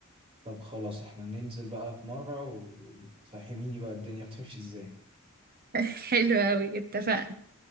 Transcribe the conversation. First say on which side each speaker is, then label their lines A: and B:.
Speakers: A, on the right (about 30°); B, on the right (about 45°).
A: طب خلاص احنا ننزل بقى في مرة وتفهميني بقى الدنيا بتمشي ازاي
B: <laughs> حلو قوي اتفقنا